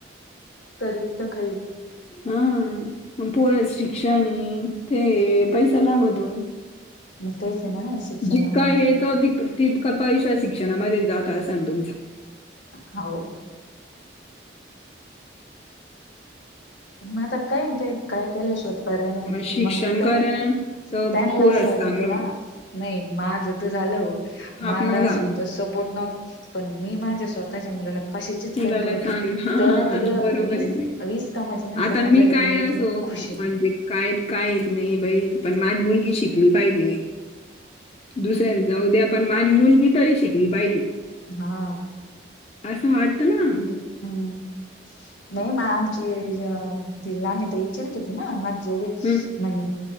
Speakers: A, on the left (about 70°); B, on the left (about 30°).
A: करीत तर खई
B: हा पोरांच् शिक्षण ये ते पैसा लागतो.
A: मग तेच आहे ना शिक्षणाला
B: जितका
A: आणि
B: येतो
A: ते
B: त तितका पैशा शिक्षणामध्ये जात असल् तुमचा -
A: हाव पण मग आता काय का काय केल्या शिवाय तर पर्याय नाही
B: अं, शिक्षण
A: मग ते
B: करेन तर
A: त्यांना
B: पोरास
A: अस वाटत
B: चांगलं
A: ना
B: होईल.
A: नाही माझ त झाल मला
B: आपणा झाला,
A: समजा सपोर्ट नव्हता पण मी माझ्या स्वतःच्या मुलाला कशाचीच
B: मुलाला
A: कमी पडू देणार
B: चांगलं हां,
A: नाही ते ना
B: बरोबर
A: तिकडं वीस
B: आहे बाई.
A: वीस कामाचे ना
B: आता
A: दहा
B: मी
A: हजार
B: काय
A: कमीले तुम्ही
B: असो म्हणजे
A: खुशी
B: काय काही नाही बई पण माझ मुलगी शिकली पाहिजे. दुसऱ्यांऊद्या आपण माझी मुलगी तरी शिकली पाहिजे.
A: हा.
B: त वाजता ना.
A: हम्म नाही मग आमचे तिलाने ते इचारत हो त ना म. जेव
B: हं,
A: म्हणजे